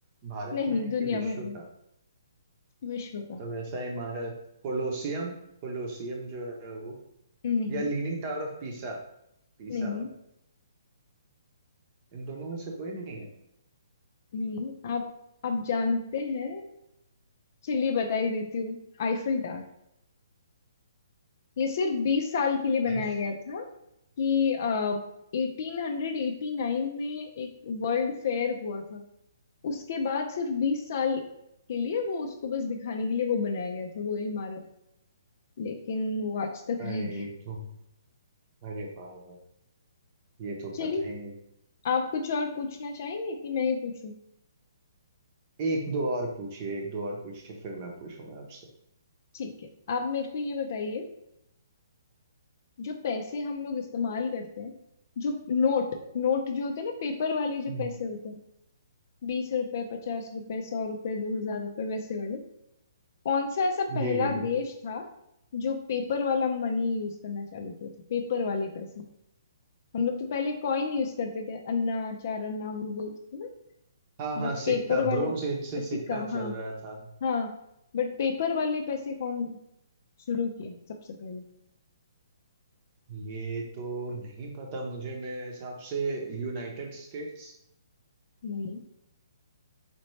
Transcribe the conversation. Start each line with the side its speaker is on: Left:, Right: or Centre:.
Right: भारत
Left: नहीं
Right: में है
Left: दुनिया
Right: कि विश्व
Left: भर में
Right: का
Left: विश्व का
Right: तो वैसा ही हमारा कोलोसियम कोलोसियम जो है वो
Left: नहीं
Right: या leaning tower of Pisa Pisa
Left: नहीं
Right: वाला इन दोनों में से कोई नहीं है
Left: नहीं आप आप जानते हैं चलिए बता ही देती हूँ आईफिल टावर ये सिर्फ बीस साल के लिए
Right: आई
Left: बनाया गया था कि एटीन हंड्रेड एटी नाइन में एक वर्ल्ड फेयर हुआ था उसके बाद सिर्फ बीस साल के लिए वो उसको बस दिखाने के लिए वो बनाया गया था वो इमारत लेकिन वो आज तक
Right: अरे
Left: रह गया है।
Right: तुम अरे बाबा ये तो
Left: चलिए
Right: पता ही नहीं
Left: आप कुछ और पूछना चाहेंगे कि मैं ही पूछूं
Right: एक दो और पूछिए एक दो और पूछिए फिर मैं पूछूंगा आपसे
Left: ठीक है आप मेरे को ये बताइए जो पैसे हम लोग इस्तेमाल करते हैं जो नोट नोट जो होते हैं ना पेपर वाले जो
Right: हम्म,
Left: पैसे होते हैं बीस रुपए पचास रुपए सौ रुपए दो हजार रुपए वैसे वाले कौन सा ऐसा
Right: जी
Left: पहला
Right: जी बिल्कुल
Left: देश था जो पेपर वाला मनी यूज करना चालू किया था पेपर वाले पैसे हम लोग तो पहले कॉइन यूज करते थे अन्ना चार अन्ना वो बोलते थे ना
Right: हाँ हाँ
Left: बट
Right: सिक्का
Left: पेपर
Right: ब्रोंज
Left: वाले
Right: एज से सिक्का
Left: सिक्का
Right: चल
Left: हाँ
Right: रहा था
Left: हाँ बट पेपर वाले पैसे कौन शुरू किए सबसे पहले
Right: ये तो नहीं पता मुझे मेरे हिसाब से यूनाइटेड स्टेट्स
Left: नहीं